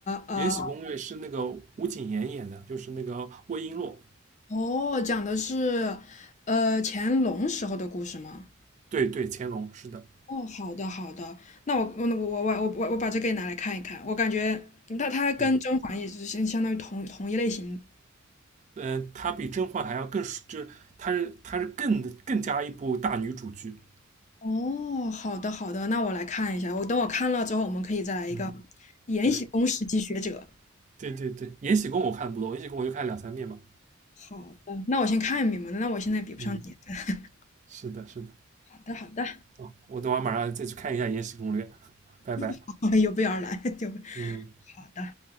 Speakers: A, on the left (about 35°); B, on the right (about 35°).
A: 呃，
B: 《延禧攻略》是那个吴谨言演的，就是那个魏璎珞。
A: 哦，讲的是呃乾隆时候的故事吗？
B: 对对，乾隆是的，
A: 哦，好的好的，那我我我我我我我把这个也拿来看一看，我感觉那它跟甄嬛也是相相当于同同一类型。
B: 嗯嗯、呃，它比甄嬛还要更，就是他是他是更更加一部大女主剧，
A: 哦，好的好的，那我来看一下，我等我看了之后，我们可以再来一个
B: 嗯，
A: 《延禧宫史记学者》。
B: 对对对对，《延禧宫》我看的不多，《延禧宫》我就看了两三遍吧，
A: 好的，那我先看一遍嘛，那我现在比不上你。
B: 嗯，
A: <laughs>
B: 是的是的，
A: 好的好的。
B: 哦，我等会儿马上再去看一下《延禧攻略》，拜拜，
A: <laughs> 有备而来，就好的。
B: 嗯。